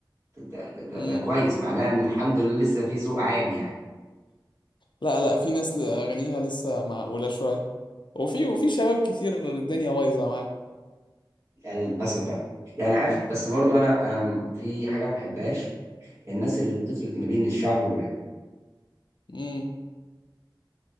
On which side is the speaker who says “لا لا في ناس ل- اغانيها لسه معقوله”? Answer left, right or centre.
Left